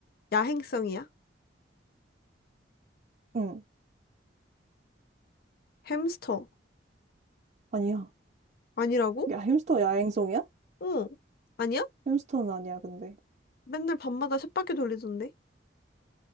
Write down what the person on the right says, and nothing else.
응,
아니야.
야, 햄스터 야행성이야?
햄스터는 아니야, 근데.